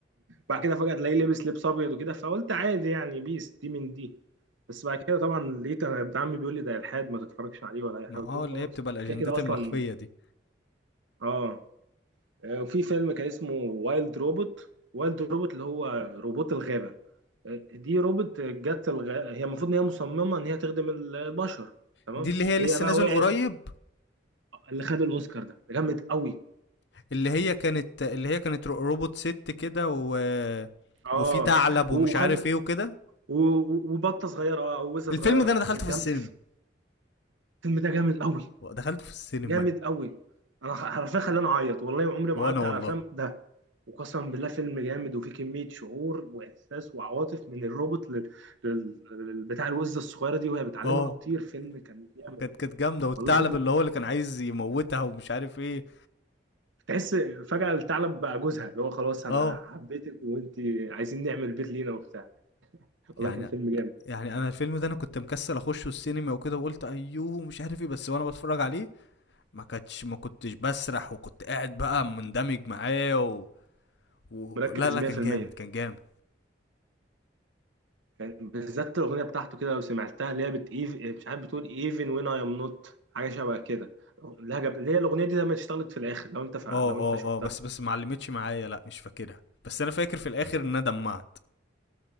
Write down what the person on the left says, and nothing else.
ما
اه
اللي هي بتبقى الاجندات
المخفيه دي
دي اللي هي لسه
نازل
قريب
اللي هي كانت اللي هي كانت رو- روبوت ست كده و...
وفي ثعلب ومش
عارف ايه وكده
الفيلم
ده انا دخلته
في
السينما
دخلته في السينما
وانا
والله
اه
كانت كانت جامده والثعلب
اللي هو اللي كان عايز يموتها ومش عارف ايه
اه
يعني
يعني انا الفيلم ده انا كنت مكسل اخشه السينما وكده وقلت ايوه مش عارف ايه بس وانا بتفرج عليه ما كانتش ما كنتش بسرح وكنت قاعد بقى مندمج معاه و... و...
لا لا
كان جامد كان جامد
اه
اه
اه بس بس ما علمتش معايا لا مش فاكرها بس انا فاكر في الاخر ان انا دمعت